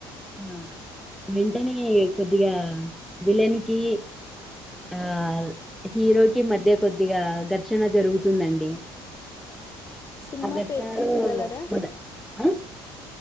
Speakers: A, in the centre; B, on the left (about 25°).
A: ఆ వెంటనే కొద్దిగా విలేన్కి ఆ హీరోకిి మధ్య కొద్ది కొద్దిగా ఘర్షణ జరుగుతుందండి
B: అయితే ఏన్నా మా అే సినిమా
A: ఆ ఘర్షణలో
B: పేరు చెప్పగలరా
A: మొద ఆ